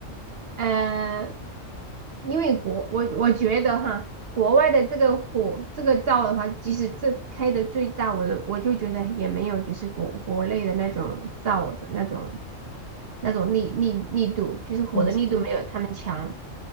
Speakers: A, on the right; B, on the left.
A: 呃，因为国我我觉得哈，国外的这个火这个灶的话，即使这开的最大，我的我就觉得也没有就是国国内的那种灶的那种那种力力力度，就是火的力度没有他们强。
B: 哦，是的。